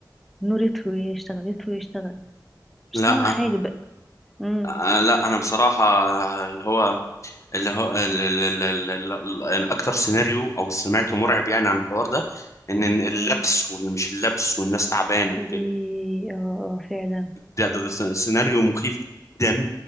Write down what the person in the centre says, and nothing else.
النور يطفي ويشتغل يطفي ويشتغل مش
سامعة حاجة بقى امم
امم
إيه، اه آه، فعلا